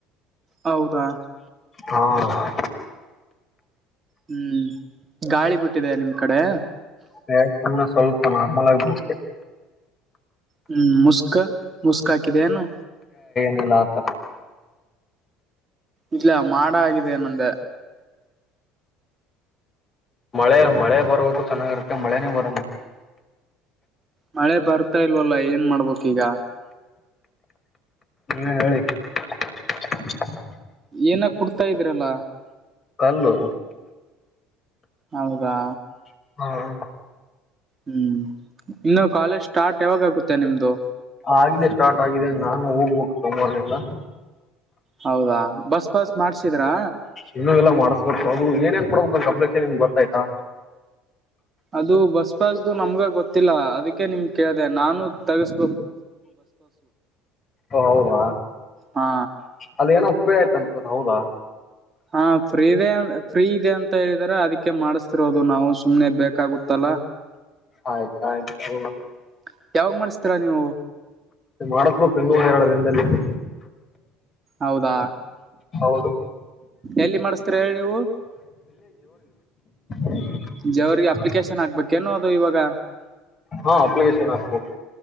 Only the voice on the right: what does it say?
ಹೌದಾ
ಹ್ಮ್ ಗಾಳಿ ಬಿಟ್ಟಿದೆ ನಿಮ್ ಕಡೆ
ಹ್ಮ್ ಮುಸ್ಕ ಮುಸ್ಕ್ ಹಾಕಿದ ಏನು
ಇಲ್ಲ ಮಾಡ್ ಆಗಿದೆ ನಂದ
ಮಳೆ ಬರ್ತಾ ಇಲ್ವಲ್ಲ ಏನ್ ಮಾಡ್ಬೇಕು ಈಗ
ಏನ ಕುಡ್ತಾ ಇದೀರಲ್ಲ
ಹೌದಾ
ಹ್ಮ್ ಇನ್ನು ಕಾಲೇಜ್ ಸ್ಟಾರ್ಟ್ ಯಾವಾಗಗುತ್ತೆ ನಿಮ್ದು
ಹೌದಾ ಬಸ್ ಪಾಸ್ ಮಾಡ್ಸಿದ್ರಾ
ಅದು ಬಸ್ ಪಾಸ್ದು ನಮ್ಗ ಗೊತ್ತಿಲ್ಲ ಅದಕ್ಕೆ ನಿಮ್ ಕೇಳಿದೆ ನಾನು ತಗ್ಸ್
ಹಾ
ಹಾ ಫ್ರೀ ಇದೆ ಫ್ರೀ ಇದೆ ಅಂತ ಹೇಳಿ ರ ಅದಕ್ಕೆ ಮಾಡಿಸತಿರೋದು ನಾವು ಸುಮ್ನೆ ಬೇಕಾಗುತ್ತಲ್ಲ
<inaudible> ಯಾವಾಗ ಮಾಡಿಸ್ತೀರಾ ನೀವು
ಹೌದಾ
ಎಲ್ಲಿ ಮಾಡಿಸ್ತೀರಾ ಹೇಳಿ ನೀವು
ಜವರ್ರಿಗೆ ಅಪ್ಲಿಕೇಶನ್ ಹಾಕ್ಬೇಕೇನೋ ಅದ್ ಇವಾಗ